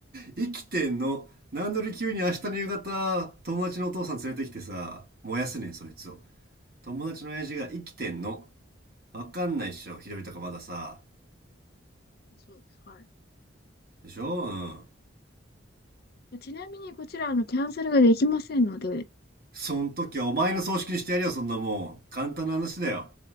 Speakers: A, on the right; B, on the left.
A: 生きてんの。なんで俺急に明日の夕方、友達のお父さん連れてきてさ、燃やすねん、そいつを。友達の親父が生きてんの。わかんないっしょ、ひどいとかまださ。
B: そう、は
A: でしょうん。
B: い。ちなみに、こちら、あの、キャンセルができませんので、
A: そん時はお前の葬式にしてやるよ、そんなもん。簡単な話だよ。